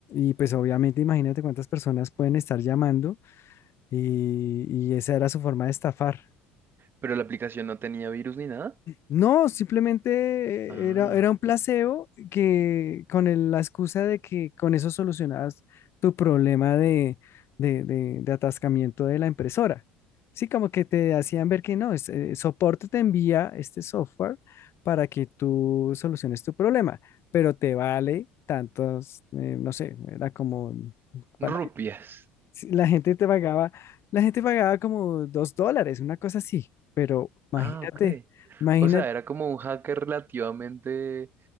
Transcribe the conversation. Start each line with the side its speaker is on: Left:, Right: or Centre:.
Left: y, pues obviamente imagínate cuántas personas pueden estar llamando y, y esa era su forma de estafar.
Right: Pero la aplicación no tenía virus ni nada.
Left: No, simplemente
Right: Ah,
Left: eh, era, era un placebo que con el- la excusa de que con eso solucionabas tu problema de, de- de- de atascamiento de la impresora. Sí, como que te hacían ver que no, es- eh, soporte te envía este software para que tú soluciones tu problema, pero te vale tantos, eh, no sé, era como, para-
Right: rupias.
Left: sí, la gente te pagaba, la gente pagaba como dos dólares, una cosa así, pero imagínate.
Right: Ah, ok.
Left: imagina
Right: O sea, era como un hacker relativamente